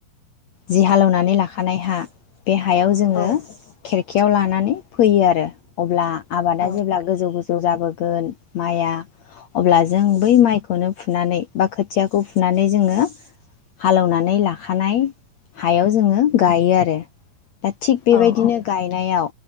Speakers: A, on the left (about 60°); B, on the left (about 40°).
A: जि हालेवनानै लाखानाय हा बे हायाव जोङो
B: औ
A: खेरखियाव लानानै फैयो आरो अब्ला आबादा
B: औ
A: जेब्ला गोजौ- गोजौ जाबोगोन माइआ अब्ला जों बै माइखौनो फुनानै बा खोथियाखौ फुनानै जोङो हालेवनानै लाखानाय हायाव जोङो गायो आरो। बेबायदिनो
B: औ
A: गायनायाव